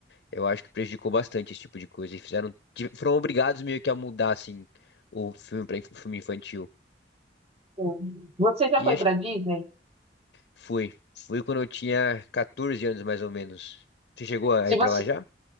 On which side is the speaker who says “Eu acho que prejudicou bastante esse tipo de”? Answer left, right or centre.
Left